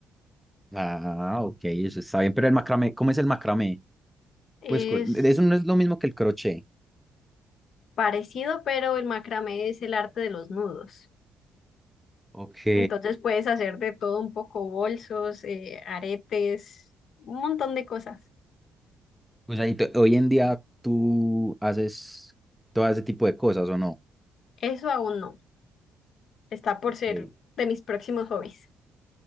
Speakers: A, in the centre; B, on the left.
A: Ah, ok, eso está bien. Pero el macramé, ¿cómo es el macramé?
B: Es
A: Pues cu- eso no es lo mismo que el crochet.
B: parecido, pero el macramé es el arte de los nudos.
A: Ok.
B: Entonces puedes hacer de todo un poco, bolsos, eh, aretes, un montón de cosas.
A: O sea, y tú- hoy en día tú haces todo ese tipo de cosas, ¿o no?
B: Eso aún no. Está por
A: Ok.
B: ser de mis próximos hobbies.